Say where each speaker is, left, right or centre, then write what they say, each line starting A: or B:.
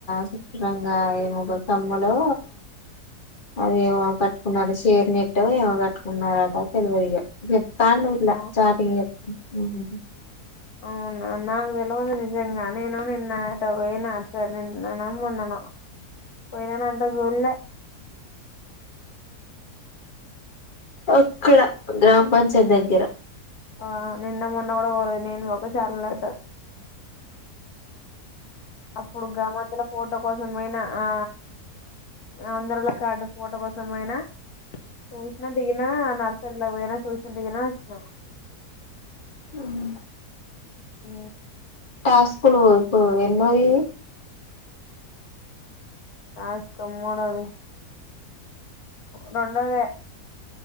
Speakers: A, on the left; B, on the left.
A: సుట్టురంగా ఏమో ఒక కమ్మలో అది ఏమో కట్టుకున్నారు షేర్ నెట్ ఏమో కట్టుకున్నారట తెలివదుయిగ చెప్. తాండ్ర గిట్ల
B: ఆ,
A: చార్టింగ్ మ్ హ్మ్
B: అవునా నాక్ తెలువదు నిజంగా. నేను నిన్న అటపోయిన అటు సైడ్ నిన్ననో, మొన్ననో పోయినా నన్ నే జూల్లె
A: అక్కడ గ్రామ పంచాయత్ దగ్గర
B: ఆ నిన్న మొన్న కూడా పోలేదు నేను మాక చాలనేతా అప్పుడు గమాతల ఫోటో కోసం పోయినా ఆ అందరుల కార్డు ఫోటో కోసం పోయినా చూసినా దిగినా. నర్సరీలో పోయినా చూసినా దిగినా వచ్చినా,
A: మ్మ్
B: ఆ
A: యా స్కుల్ పో ఇప్పు ఎన్నోది
B: ఆస్ కమ్ మోనది రెండోదే